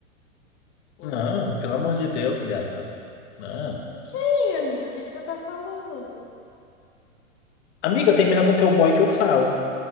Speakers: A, on the left; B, on the left.
A: Hum.
B: Não, pelo amor de Deus, gata. Não.
A: Quem, amigo? O que tu tá falando?
B: Amiga, termina com teu boy que eu falo.